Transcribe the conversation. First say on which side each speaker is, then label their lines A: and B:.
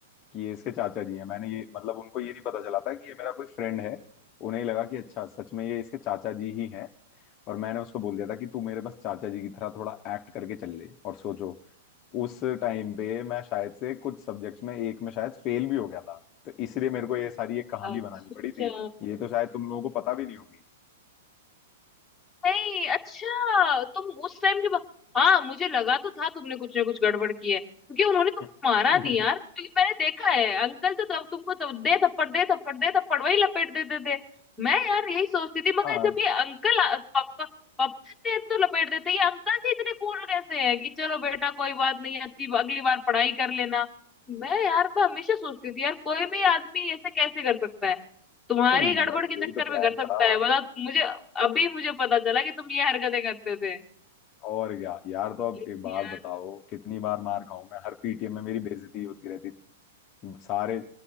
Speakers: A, on the left; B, in the centre.
A: कि ये इसके चाचा जी हैं मैंने ये मतलब उनको ये नहीं पता चला था कि ये मेरा कोई फ्रेंड है उन्हें ही लगा कि अच्छा सच में ये इसके चाचा जी ही हैं और मैंने उसको बोल दिया था कि तू मेरे बस चाचा जी की तरह थोड़ा एक्ट करके चल ले और सोचो उस टाइम पे मैं शायद से कुछ सब्जेक्ट्स में एक में शायद फेल भी हो गया था तो इसलिए मेरे को ये सारी एक कहानी
B: अच्छा
A: बनानी पड़ी थी ये तो शायद तुम लोगों को पता भी नहीं होगी
B: नहीं अच्छा तुम उस टाइम के बाद हाँ मुझे लगा तो था तुमने कुछ ना कुछ गड़बड़ की है क्योंकि उन्होंने तुमको
A: <laughs>
B: मारा नहीं यार क्योंकि मैंने देखा है अंकल तो तब तुमको तब दे थप्पड़ दे थप्पड़ दे थप्पड़ वही लपेट देते थे मैं यार यही सोचती थी मगर
A: हाँ
B: जब ये अंकल आ- पापा पापा देते हैं तो लपेट देते हैं। ये अंकल जी इतने कूल कैसे हैं कि चलो बेटा कोई बात नहीं अच्छी अगली बार पढ़ाई कर लेना मैं यार मैं हमेशा सोचती थी यार कोई भी आदमी ऐसे कैसे कर सकता है तुम्हारी
A: हम्म
B: गड़बड़
A: यार
B: के
A: यही
B: चक्कर
A: तो प्लान
B: में कर सकता
A: था
B: है बता मुझे अभी मुझे पता चला कि तुम ये हरकतें करते थे
A: और क्या यार तो अब
B: लेकिन
A: एक बात
B: यार
A: बताओ कितनी बार मार खाऊं मैं हर पीटीएम में मेरी बेइज्जती होती रहती थी सारे